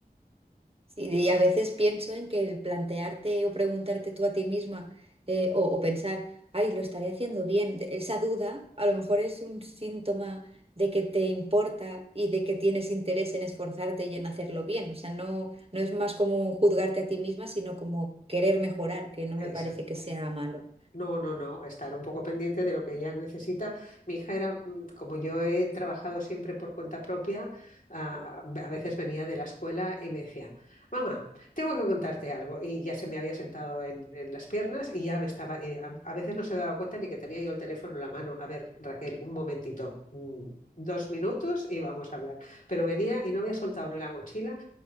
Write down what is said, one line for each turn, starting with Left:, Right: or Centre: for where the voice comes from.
Right: Sí, y a veces pienso en que el plantearte o preguntarte tú a ti misma eh, o, o pensar, ay, lo estaré haciendo bien, de- esa duda a lo mejor es un síntoma de que te importa y de que tienes interés en esforzarte y en hacerlo bien. O sea, no, no es más como juzgarte a ti misma, sino como querer mejorar, que no
Left: Exacto.
Right: me parece que sea malo.
Left: No, no, no, estar un poco pendiente de lo que ella necesita. Mi hija era, mm, como yo he trabajado siempre por cuenta propia, a, a veces venía de la escuela y me decía, mamá, tengo que contarte algo. Y ya se me había sentado en, en las piernas y ya me estaba, y a, a veces no se daba cuenta ni que tenía yo el teléfono en la mano. A ver, Raquel, un momentito, mm, dos minutos y vamos a hablar. Pero venía y no había soltado ni la mochila